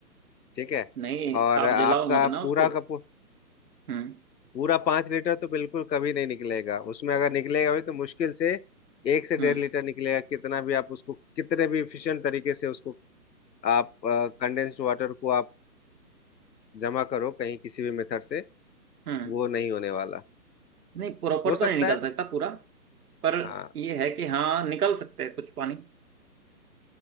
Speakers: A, on the left; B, on the right.
A: ठीक है
B: नहीं
A: और
B: आप
A: आपका
B: जलाओ मत ना
A: पूरा
B: उसको
A: का पू-
B: हम्म
A: पूरा पांच लीटर तो बिल्कुल कभी नहीं निकलेगा उसमें अगर निकलेगा भी तो मुश्किल से एक से डेढ़
B: हम्म
A: लीटर निकलेगा कितना भी आप उसको कितने भी इफिशिएंट तरीके से उसको आप कंडेंस्ड वाटर को आप जमा करो कहीं किसी भी मेथड से
B: हम्म
A: वो नहीं होने वाला
B: नहीं प्रॉपर
A: हो सकता
B: तो नहीं निकल
A: है
B: सकता पूरा पर
A: हाँ
B: ये है कि हाँ निकल सकते हैं कुछ पानी